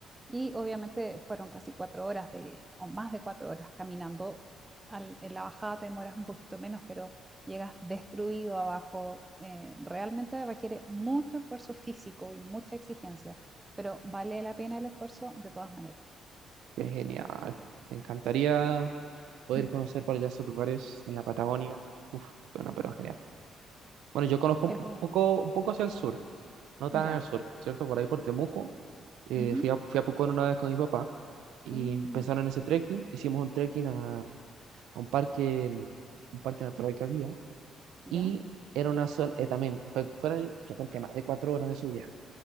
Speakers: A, on the right; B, on the right.
A: Y obviamente fueron casi cuatro horas de, o más de cuatro horas caminando. Al- en la bajada te demoras un poquito menos, pero llegas destruido abajo. Eh, realmente requiere mucho esfuerzo físico y mucha exigencia, pero vale la pena el esfuerzo de todas maneras.
B: Qué genial. Me encantaría
A: <clears throat>
B: poder conocer por allá esos lugares en la Patagonia. Uf, suena pero genial. Bueno, yo conozco
A: Es
B: un
A: real.
B: poco, un poco hacia el sur, no tan
A: Ya.
B: al sur, ¿cierto? Por ahí por Temuco. Eh,
A: Ujú.
B: fui a, fui a Pucón una vez con mi papá. y
A: Mm,
B: empezaron ese trekking. Hicimos un trekking a, a un parque, un parque natural que había
A: ya.
B: y era una zona, eh, también fue, fueron yo creo que más de cuatro horas de subida.